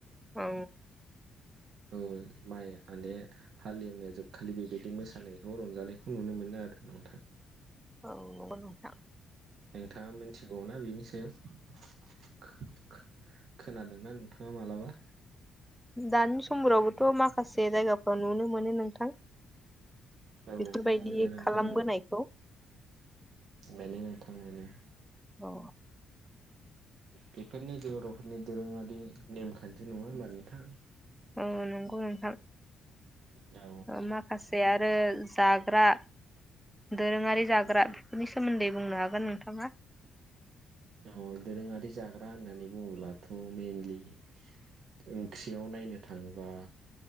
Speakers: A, in the centre; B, on the right.
A: औ
B: औ माइ माने हालेवनाया जोबखालि बेबायदि मोसानायखौ रंजानायखौ नुनो मोनो आरो नोंथां
A: औ नंगौ नोंथां
B: नोंथाङा मिथिगौ ना बिनि सायाव खो-खो-खोनादोंना नोंथाङा मालाबा
A: दानि समफोरावबोथ' माखासे जायगाफोराव नुनो मोनो नोंथां
B: औ
A: बेफोरबायदि
B: मोनो नोंथां
A: खालामबोनायखौ
B: बेनो नोंथांमोनो
A: औ
B: बेफोरनो बर'फोरनि दोरोङारि बिदि नेमखान्थि नङा होनोमबानो थां
A: औ नंगौ नोंथां
B: औ
A: माखासे आरो जाग्रा दोरोङारि जाग्रा बेफोरनि सोमोन्दै बुंनो हागोन नोंथाङा
B: औ दोरोङारि जाग्रा होननानै बुङोब्लाथ' मइेनलि <unintelligible> सिङाव नायनो थाङोबा